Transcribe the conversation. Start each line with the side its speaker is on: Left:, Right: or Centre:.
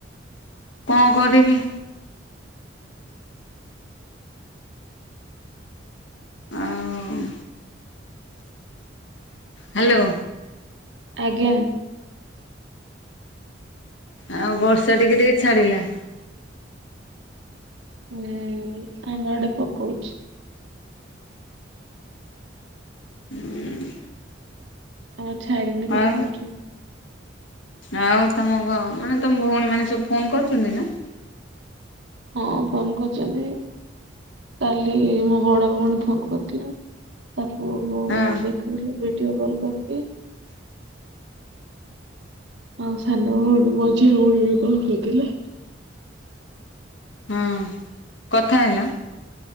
Left: କଣ କରିବି ଆଉ ହାଲୋ।
Right: ଆଜ୍ଞା।
Left: ଆଉ ବର୍ଷା ଟିକେ ଟିକେ ଛାଡି଼ଲା।
Right: ହୁଁ ଆମ ଆଡ଼େ ପକଉଛି।
Left: ଉଁ
Right: ଆଉ ଛାଡ଼ିନି
Left: ଆଉ
Right: ପକଉଛି।
Left: ଆଉ ତମ ଘ ମାନେ ତମ ଭଉଣୀ ମାନେ ସବୁ ଫୋନ୍ କରୁଛନ୍ତି ନା?
Right: ହଁ ଫୋନ୍ କରୁଛନ୍ତି। କାଲି ମୋ ବଡ଼ ଭଉଣୀ ଫୋନ୍ କରିଥିଲା ତା ପୁଅ କୁ
Left: ହଁ।
Right: ଦେଖୁଥିଲି ଭିଡିଓ କଲ୍ କରିକି। ଆଉ ସାନ ଭଉଣୀ ମଝିଆ ହଉଣୀ ବି କଲ୍ କରିଥିଲେ।
Left: ହଁ କଥା ହେଲ?